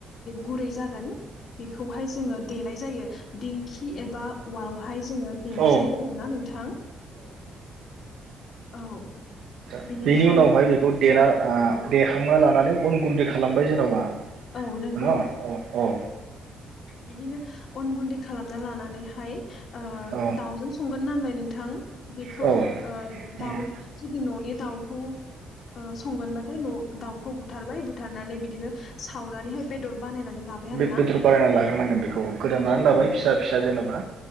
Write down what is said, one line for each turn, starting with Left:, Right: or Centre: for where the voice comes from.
Left: गुरै जागोन बेखौहाय जोङो देनाय जायो दिंखि एबा उआल हाय जोङो देनाय
Right: औ
Left: जायो आरोना नोंथां। औ।
Right: आ
Left: बिनिफ्राय
Right: बेनि उनाव हाय बेखौ देना आ
Left: औ
Right: देखां लानानै अन गुन्दै खालाम बाय जेन'बा।
Left: औ नंगौ
Right: न औ औ।
Left: बिदिनो अन गुन्दै खालामना लानानै हाय ओ
Right: औ
Left: दाउजों संगोन नालाय नोंथां बेखौ
Right: औ
Left: ओ
Right: उम
Left: दाउ जुदि न'नि दाउखौ संगोन बाथाय न' दाउखौ बुथारबाय बुथारनानै बिदिनो सावनानै हाय बेदर बानायनानै लाबाय आरोना
Right: बे बेदर बानायना लाग्रोनांगोन बेखौ गोदानानै
Left: औ
Right: लाबाय
Left: नंगौ
Right: फिसा फिसा जेन'बा